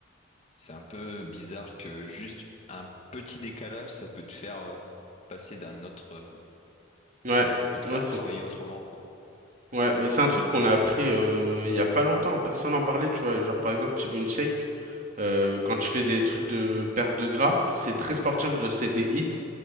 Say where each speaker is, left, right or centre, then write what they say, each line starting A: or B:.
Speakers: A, on the left (about 35°); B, on the right (about 45°).
A: C'est un peu bizarre que juste un petit décalage, ça peut te faire euh, passer d'un autre, euh,
B: Ouais,
A: enfin, ça peut te
B: ouais,
A: faire
B: c'est
A: travailler
B: fou.
A: autrement, quoi.
B: Ouais, bah, c'est un truc qu'on a appris euh, il y a pas longtemps, personne n'en parlait, tu vois. Genre par exemple, T-Bone Shape, euh, quand tu fais des trucs de perte de gras, c'est très sportif, genre, c'est des hits